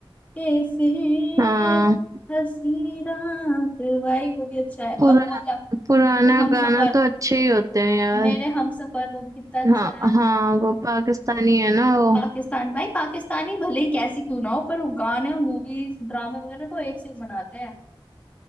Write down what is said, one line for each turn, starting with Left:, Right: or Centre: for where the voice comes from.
Left: के फिर
Right: हाँ
Left: हंसी रात भाई वो भी अच्छा है और
Right: पुरा
Left: वो वाला
Right: पुराना
Left: मेरे हम
Right: गाना
Left: सफर
Right: तो अच्छे ही होते हैं यार
Left: मेरे हम सफर वो भी कितना अच्छा
Right: हाँ
Left: है
Right: हाँ वो पाकिस्तानी है ना वो
Left: पाकिस्तान भाई पाकिस्तानी भले ही कैसी क्यों ना हो पर वो गाने और मूवीज ड्रामे वगैरह तो एक से एक बनाते हैं